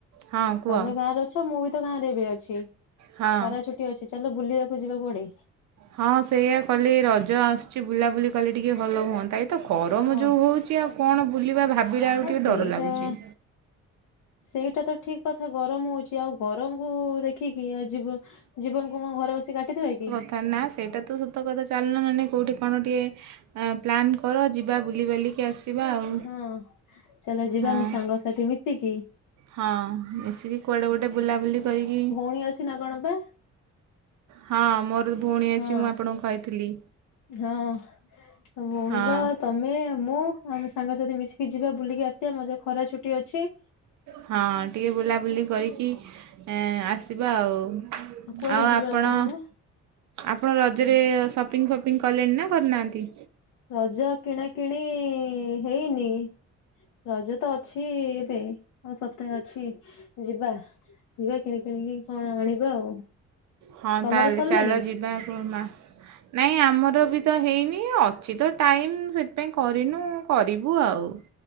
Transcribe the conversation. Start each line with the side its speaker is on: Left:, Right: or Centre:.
Right: ହଁ କୁହ
Left: ତମେ ଗାଁରେ ଅଛ ମୁଁ ବି ତ ଗାଁରେ ଏବେ ଅଛି
Right: ହଁ।
Left: ଖରା ଛୁଟି ଅଛି ଚାଲ ବୁଲିବାକୁ ଯିବା କୁଆଡ଼େ?
Right: ହଁ ସେଇୟା କଲେ ରଜ ଆସୁଛି ବୁଲାବୁଲି କଲେ ଟିକେ ଭଲ ହୁଅନ୍ତା। ଏ ତ ଗରମ୍
Left: ହଁ
Right: ଯୋଉ ହୋଉଚି ଆଉ କଣ ବୁଲିବା ଭାବିଲାଆଳୁକୁ
Left: ହଁ
Right: ଟିକେ
Left: ସେଇଟା
Right: ଡର ଲାଗୁଚି।
Left: ସେଇଟା ତ ଠିକ୍ କଥା ଗରମ୍ ହୋଉଛି ଆଉ ଗରମକୁ ଦେଖିକି ଆଜି ବ ଜୀବନ୍ କୁ କଣ ଘରେ ବସିକି କାଟିଦେବା କି?
Right: କାହିଁକି ନା ସେଇଟା ତ ସତ କଥା ଚାଲୁନ ନହେଲେ ନାହିଁ କେଉଁଠି କଣ ଟିକେ ପ୍ଲାନ୍ କର ଯିବା ବୁଲିି ବାଲିକି ଆସିବା। ଆଉ
Left: ହଁ ଚାଲ ଯିବା
Right: ହଁ।
Left: ସାଙ୍ଗ ସାଥୀ ମିଶିକି।
Right: ହଁ ମିଶିକି କୁଆଡ଼େ ଗୋଟେ ବୁଲା ବୁଲି କରିକି
Left: ଣୀ ଅଛି ନା କଣ ପା?
Right: ହଁ ମୋର୍ ଭଉଣୀ ଅଛି
Left: ହଁ
Right: ମୁଁ ଆପଣଙ୍କୁ କହି ଥିଲି।
Left: ହଁ ତମ ଭଉଣୀର
Right: ହଁ
Left: ତମ ଆମେ ମୁଁ ଆମ ସାଙ୍ଗସାଥୀ ମିଶିକି ଯିବା ବୁଲିକି ଆସିବା ମଜା ଖରା ଛୁଟି ଅଛି।
Right: ହଁ ଟିକେ ବୁଲାବୁଲି କରିକି ଏ ଆସିବା ଆଉ।
Left: କୁଆଡେ
Right: ଆଉ
Left: ଯିବା
Right: ଆପଣ
Left: କହୁନ
Right: ଆପଣ ରଜରେ ସପିଙ୍ଗି ଫପିଙ୍ଗି କଲେଣି ନା କରି ନାହାନ୍ତି?
Left: ରଜ କିଣାକିଣି ହେଇନି। ରଜ ତ ଅଛି ଏବେ ଆଉ ସପ୍ତାହେ ଅଛି ଯିବା। ଯିବା କିଣି କିଣିକି କଣ ଆଣିବା ଆଉ।
Right: ହଁ
Left: ତମର
Right: ତାହେଲେ
Left: ସରିଲାଣି?
Right: ଚାଲ ଯିବା କୋଉ ମା ନାଇଁ ଆମର ବି ତ ହେଇନି ଅଛି ତ ଟାଇମ୍ ସେଥି ପାଇଁ କରିନୁ କରିବୁ ଆଉ।